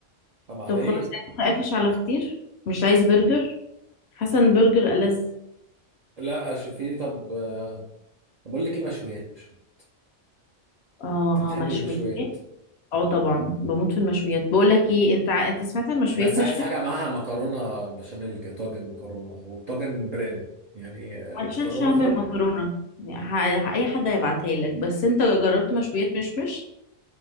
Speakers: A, on the right (about 60°); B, on the left (about 65°).
A: طب على
B: طب
A: ايه
B: خلاص أنت قافش على فطير مش عايز برجر حسن برجر ألذ
A: لا شوفي طب آه، بقول لك ايه مشويات مشويات.
B: آه
A: انت بتحب
B: مشويات
A: المشويات
B: اه طبعا بموت في المشويات بقول لك ايه انت ع- انت سمعت عن المشويات
A: بس عايز
B: مش
A: حاجة
B: مش
A: معاها مكرونة بشاميل كده طاجن مكرونة أو طاجن برين يعني آه،
B: ما
A: مكرونة
B: تشيلش هم
A: فرن
B: المكرونه يعني ه- ه- اي حد هيبعتها لك بس انت جربت مشويات مشمش